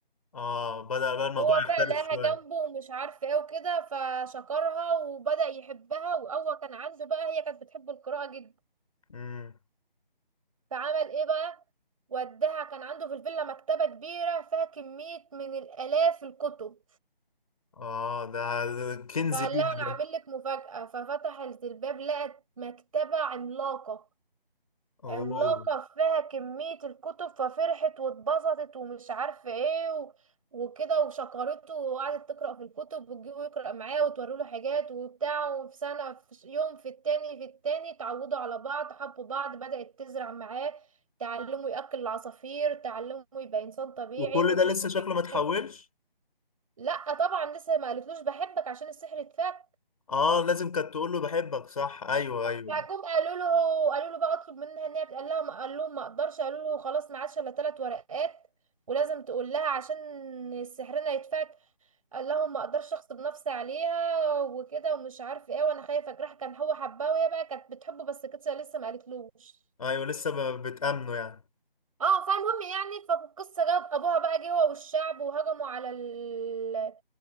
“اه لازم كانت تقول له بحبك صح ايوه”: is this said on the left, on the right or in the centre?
Left